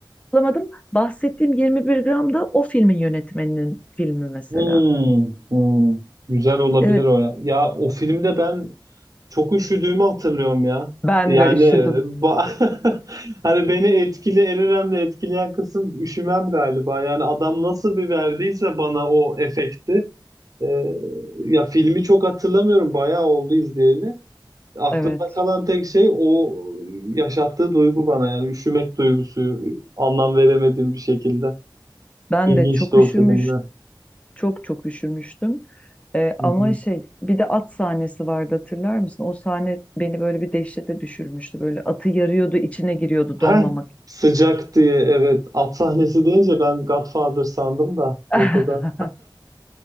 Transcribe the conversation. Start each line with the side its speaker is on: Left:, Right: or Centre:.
Left: alamadım. Bahsettiğim 21 gram da o filmin yönetmeninin filmi mesela.
Right: Hmm, hmm. Güzel olabilir
Left: Evet,
Right: o ya. Ya o filmde ben çok üşüdüğümü hatırlıyorum ya.
Left: ben
Right: Yani
Left: de üşüdüm.
Right: ba- <laughs> hani beni etkili en önemli etkileyen kısım üşümem galiba. Yani adam nasıl bir verdiyse bana o efekti. Ee, ya filmi çok hatırlamıyorum. Bayağı oldu izleyeli. Aklımda
Left: Evet,
Right: kalan tek şey o yaşattığı duygu bana yani üşümek duygusu anlam veremediğim bir şekilde.
Left: ben
Right: İlginçti
Left: de çok
Right: o
Left: üşümüş,
Right: filmde.
Left: çok çok üşümüştüm. Ee,
Right: Hı
Left: ama
Right: hı.
Left: şey, bir de at sahnesi vardı hatırlar mısın? O sahne beni böyle bir dehşete düşürmüştü. Böyle atı yarıyordu, içine giriyordu
Right: Ha
Left: donmamak için.
Right: sıcak diye evet at sahnesi deyince ben Godfather sandım da
Left: <laughs>
Right: orada da